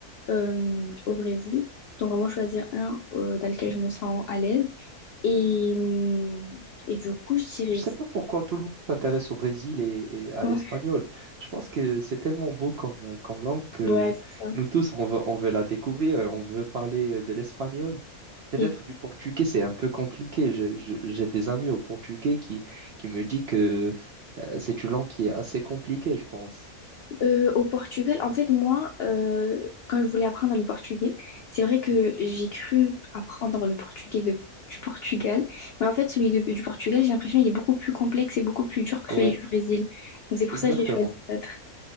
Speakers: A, on the left; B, on the right.
A: euh, au Brésil. Donc vraiment choisir un euh, dans lequel je me sens à l'aise. Et, hum, et du coup, je dirais...
B: Je sais pas pourquoi tout le monde s'intéresse au Brésil et, et à
A: Ouais,
B: l'espagnol. Je pense que c'est tellement beau comme, euh, comme langue que
A: ouais, c'est ça.
B: nous tous, on veut, on veut la découvrir et on veut parler euh, de l'espagnol. Peut-être
A: Et...
B: du portugais, c'est un peu compliqué. Je- je- j'ai des amis au portugais qui, qui me disent que euh, c'est une langue qui est assez compliquée, je pense.
A: Euh, au Portugal, en fait, moi, euh, quand je voulais apprendre le portugais, c'est vrai que
B: Mm.
A: j'ai cru apprendre le portugais de- du Portugal, mais en fait, celui de- du Portugal, j'ai l'impression qu'il est beaucoup plus complexe et beaucoup plus dur que
B: Ouais,
A: celui du Brésil. Donc, c'est pour
B: exactement.
A: ça que j'ai choisi l'autre, <laughs>